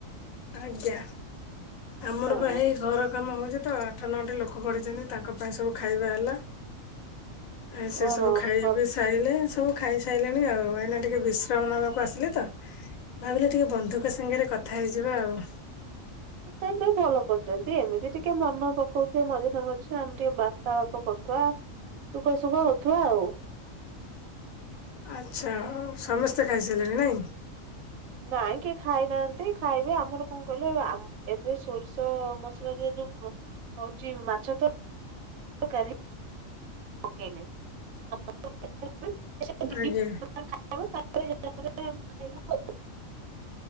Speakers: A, on the left (about 80°); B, on the right (about 80°).
A: ଆଜ୍ଞା ଆମର
B: ହଁ
A: ପା ହେଇ ଘର କାମ ହୋଉଚି ତ ଆଠ ନଅଟି ଲୋକ ପଡିଚନ୍ତି ତାଙ୍କ ପାଇଁ ସବୁ ଖାଇବା ହେଲା। ଆ ସେସବୁ
B: ଓହୋ
A: ଖାଇବା
B: ହଁ
A: ବେଶ୍। ଖାଇଲେ ସବୁ ଖାଇସାଇଲେଣି ଆଉ ଏଇନା ଟିକେ ବିଶ୍ରାମ ନେବାକୁ ଆସିଲି ତ। ଭାବିଲେ ଟିକେ ବନ୍ଧୁକ ସାଙ୍ଗରେ କଥା ହେଇଯିବା ଆଉ।
B: ନାଇଁ ନାଇଁ ଭଲ କରିଚନ୍ତି ଏମିତି ଟିକେ ମନ ପକୋଉ ଟିକେ ମଝିରେ ମଝିରେ ଆମେ ଟିକେ ବାର୍ତ୍ତାଳାପ କରୁଥୁବା ଦୁଃଖ ସୁଖ ହୋଉଥିବା ଆଉ।
A: ଆଚ୍ଛା ଆଉ ସମସ୍ତେ ଖାଇସାଇଲେଣି ନାଇଁ।
B: ନାଇଁ କିଏ ଖାଇନାହାନ୍ତି ଖାଇବେ ଆମର କଣ କହିଲେ ଆମ୍ ଏବେ ସୋରିଷ ମସଲା ଦିଆ ଯୋଉ ପ ହୋଉଚି ମାଛ ତର ତରକାରୀ କେ ନାଇଁ ଆ <unintelligible> ଖାଇଦବ
A: ଆଜ୍ଞା।
B: ତାପରେ ଯ ତାପରେ ଯାହା ଖାଇବ।